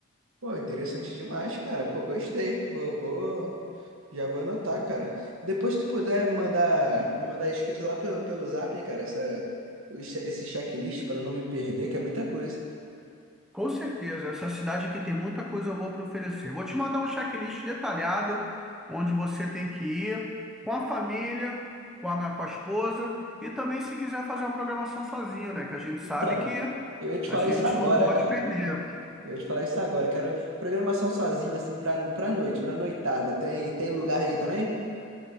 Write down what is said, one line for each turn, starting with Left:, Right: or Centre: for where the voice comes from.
Right: Pô, interessante demais, cara. Pô, gostei. Vou, vou, já vou anotar, cara. Depois se tu puder me mandar, me mandar escrito lá pelo, pelo Zap, cara, essa, esse checklist para não me perder, que é muita coisa.
Centre: Com certeza, essa cidade aqui tem muita coisa boa para oferecer. Vou te mandar um checklist detalhado, onde você tem que ir, com a família, com a minha, com a esposa, e também se quiser fazer uma programação sozinho, né? Que a gente
Right: Então,
Centre: sabe que
Right: eu ia te
Centre: a
Right: falar
Centre: gente
Right: isso agora,
Centre: não pode
Right: cara.
Centre: perder.
Right: Eu ia te falar isso agora. Quero programação sozinho, assim, pra, pra noite, pra noitada. Tem, tem lugar aí também?